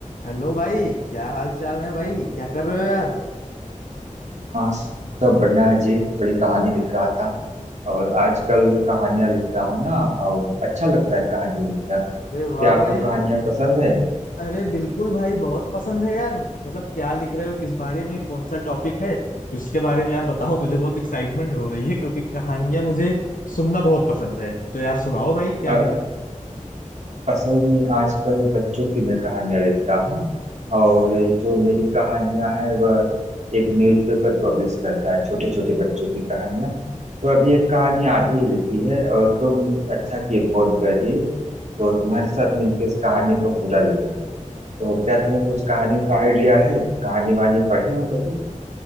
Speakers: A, on the left; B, on the right.
A: हेलो भाई क्या हाल चाल है भाई क्या कर रहे हो यार
B: हाँ सब बढ़िया है जी थोड़ी कहानी लिख रहा था और आजकल कहानियां लिखता हूँ ना और अच्छा लगता है कहानियां लिखना
A: अरे
B: क्या
A: वाह
B: आपको
A: भाई
B: कहानियां पसंद है
A: अरे बिल्कुल भाई बहुत पसंद है यार मतलब क्या लिख रहे हो किस बारे में कौन सा टॉपिक है इसके बारे में यार बताओ मुझे बहुत एक्साइटमेंट हो रही है क्योंकि कहानियां मुझे सुनना बहुत पसंद है तो यार सुनाओ भाई क्या
B: अ-
A: लिख रहे
B: असल में आजकल बच्चों की मैं कहानियां लिखता हूँ और जो मेरी कहानियां है वह एक न्यूज़पेपर पब्लिश करता है छोटे छोटे बच्चों की कहानियां तो अभी एक कहानी आधी ही लिखी है और तुम अच्छा किए फोन कर दिए तो तुम्हारे साथ मिलकर इस कहानी को पूरा लिखेंगे तो क्या तुम्हें
A: हो
B: कुछ कहानियों का आइडिया है कहानी वानी पढ़े हो कभी